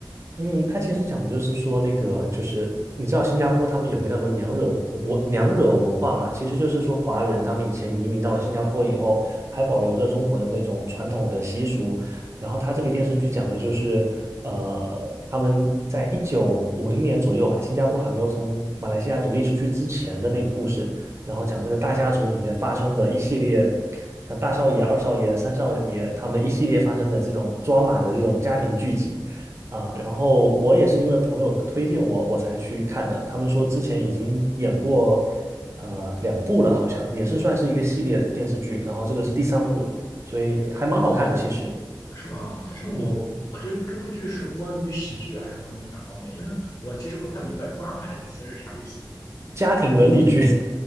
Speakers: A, on the right; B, on the left.
A: 嗯，他其实讲的就是说，那个就是你知道新加坡他们有个叫做娘惹文娘惹文化嘛，其实就是说华人他们以前移民到了新加坡以后，还保留着中国的那种传统的习俗。然后他这个电视剧讲的就是，呃，他们在一九五零年左右吧，新加坡还没有从马来西亚独立出去之前的那个故事，然后讲这个大家族里面发生的一系列，像大少爷、二少爷、三少爷他们一系列发生的这种抓马的这种家庭聚集。啊，然后我也是因为朋友推荐我，我才去看的。他们说之前已经演过呃两部了，好像也是算是一个系列的电视剧，然后这个是第三部了，所以还蛮好看的其实。
B: 哦，对对，是吗？但是我呃这这部剧是关于喜剧还是关于哪方面？
A: 嗯，
B: 因为我其实不太明白 “drama” 这个词是啥意思。
A: 家庭伦理剧，